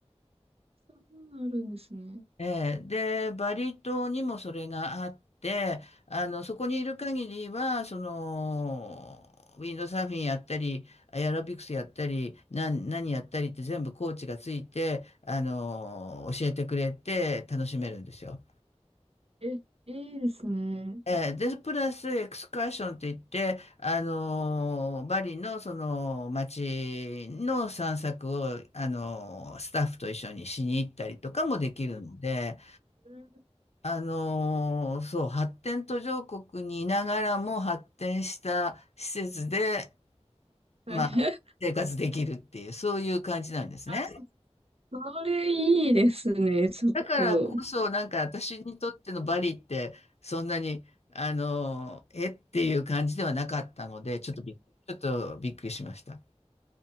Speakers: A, on the right (about 60°); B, on the left (about 70°).
A: そんなのあるんですね。
B: ええで、バリ島にもそれがあって、あの、そこにいる限りは、その、ウィンドサーフィンやったり、エアロビクスやったり、なん、何やったりって全部コーチがついて、あの、教えてくれて楽しめるんですよ。
A: え、いいですね。
B: ええで、プラスエクスカーションとい言って、あの、バリのその街の散策を、あの、スタッフと一緒にしに行ったりとかもできるので、
A: はい。<laughs> うん
B: あのーそう、発展途上国にいながらも発展した施設で、
A: はい
B: まあ、
A: <laughs>
B: 生活できるっていう、そういう感じなんですね。
A: あ、そそれいいですね。ちょっと。
B: だからこそ、なんか私にとってのバリって、そんなに、あのーえっていう感じではなかったので、ちょっとびっ、ちょっとびっくりしました。